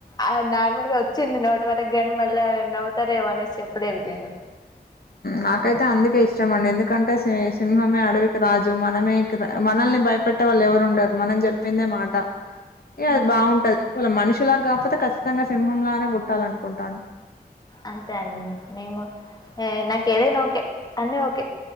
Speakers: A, on the left; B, on the left.
A: ఆ నార్మల్ గా వచ్చింది నోటి వరకు గాని మళ్ళా నవ్తారేవో అనేసి ఎప్పుడే దేను
B: నాకైతే అందుకే ఇష్టం అండి ఎందుకంటే సి సింహమే అడవికి రాజు మనమే <inaudible> మనల్ని భయపెట్టే వాళ్ళు ఎవరు ఉండరు మనం జెప్పిందే మాట ఏ
A: ఉమ్
B: అది బావుంటది వల మనిషులా గపోతే ఖచ్చితంగా సింహంలానే పుట్టాల అనుకుంటాను
A: అంతే అండి నేను ఎ నాకు ఏదైనా ఓకే అన్నీ ఓకే